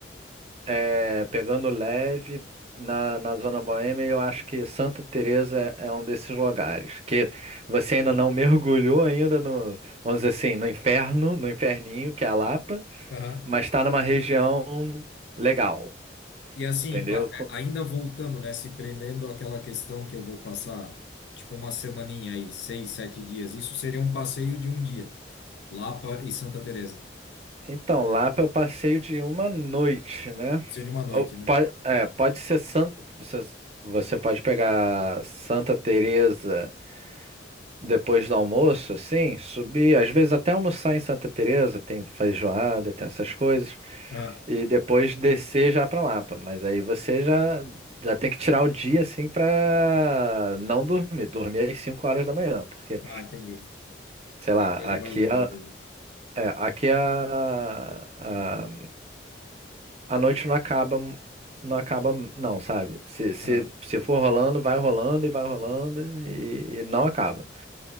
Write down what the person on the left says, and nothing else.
Aham.
E assim,
pa- é, ainda voltando, né, se prendendo àquela questão que eu vou passar, tipo uma semaninha aí, seis, sete dias, isso seria um passeio de um dia, Lapa e Santa Teresa.
Passeio de uma noite,
né?
Ah,
ah, entendi.
E a coisa
vai longe
daí.
Ah,